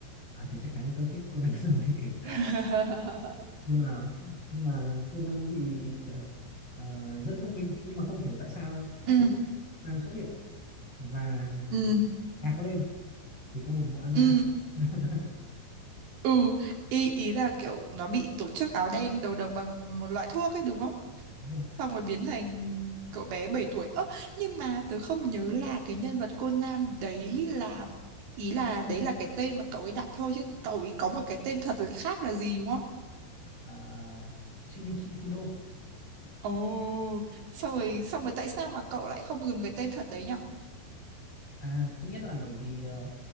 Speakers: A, on the left (about 25°); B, on the right (about 80°).
A: à thì chắc chắn tớ thích Conan <laughs> rồi
B: <laughs>
A: nhưng mà nhưng mà Conan thì ờ, ờ, rất thông minh nhưng mà không hiểu tại sao
B: Ừ,
A: cứ Conan xuất hiện và
B: ừ,
A: gạc lên thì có một bộ ăn
B: ừ,
A: mã <laughs>
B: ừ. Ý, ý là kiểu nó bị tổ chức áo đen đầu độc bằng một loại thuốc ấy đúng không?
A: đúng rồi
B: Xong rồi biến thành cậu bé 7 tuổi. Ơ, nhưng mà tớ không nhớ là cái nhân vật Conan đấy là... Ý là đấy là cái tên mà cậu ấy đặt thôi chứ cậu ấy có một cái tên thật là khác là gì đúng không?
A: Ờ, Shinichi Kudo
B: Ồ, xong rồi xong rồi tại sao mà cậu lại không dùng cái tên thật đấy nhở?
A: À, thứ nhất là bởi vì ờ,